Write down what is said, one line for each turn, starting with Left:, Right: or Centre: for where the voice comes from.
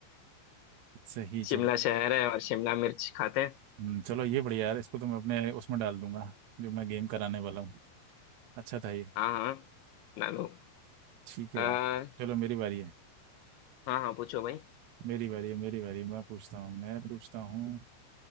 Right: सही जवाब
Left: शिमला शहर है और शिमला मिर्च खाते हैं
Right: हम्म, चलो ये बढ़िया यार इसको तो मैं अपने उसमें डाल दूंगा जो मैं गेम कराने वाला हूँ अच्छा था ये
Left: हाँ हाँ ना लो
Right: ठीक
Left: आ,
Right: है यार चलो मेरी बारी है
Left: हाँ हाँ पूछो भाई
Right: मेरी बारी है मेरी बारी है। मैं पूछता हूँ मैं पूछता हूँ